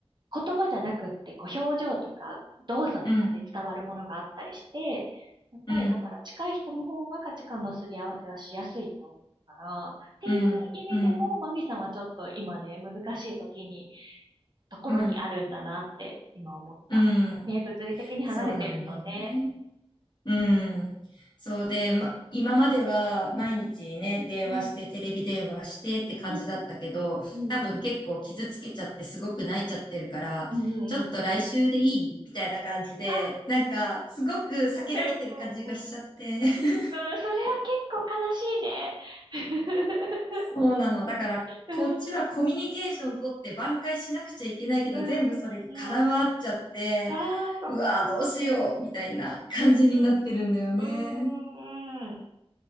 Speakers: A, on the right; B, on the left.
A: 言葉じゃなくって、こう、表情とか動作とかで伝わるものがあったりして、
B: うん、
A: やっぱりだから近い人の方が価値観のすり合わせはしやすいと思うから、
B: うん、
A: っていう意味でも、
B: うん、うん、
A: マミさんはちょっと今ね、難しい時に、ところにあるんだなって今思った。
B: うん、うん。
A: ね、物理的に離れてるとね、
B: そうなんだよね。うん。そうで、ま、今までは毎日ね、
A: うん、
B: 電話して、
A: うん、
B: テレビ電話してって感じだったけど、
A: うん、うん、
B: 多分結構傷つけちゃってすごく泣いちゃってるから、
A: うん、うん、
B: ちょっと来週でいいみたいな感じで、
A: うん。うんああ、
B: なんかすごく避けられてる感じがしちゃって。
A: うん、うん、うん。う
B: <laughs>
A: ーん、それは結構悲しいね。<laughs>
B: そうなの。だから、
A: うーん
B: こっちはコミュニケーション取って挽回しなくちゃいけないけど、
A: うんうんうん。
B: 全部それが空回っちゃって、
A: ああ、そっかー。
B: うわーどうしようみたいな感じになってるんだよね。
A: うんうんうん。うんうんうん。